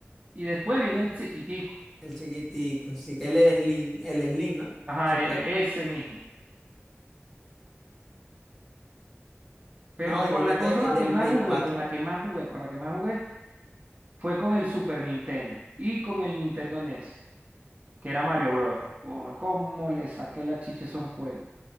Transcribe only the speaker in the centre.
El chiquitico. Sí, que él es Slim, el Slim, ¿no?
Supre.
No,
igualmente
el del
Play
cuatro